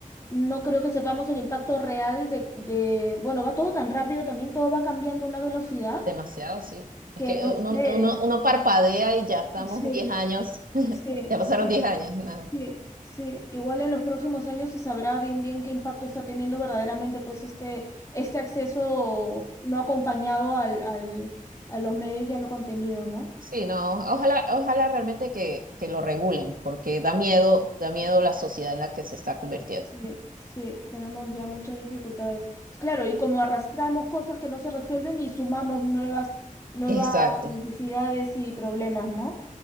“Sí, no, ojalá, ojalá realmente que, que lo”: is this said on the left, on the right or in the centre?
Right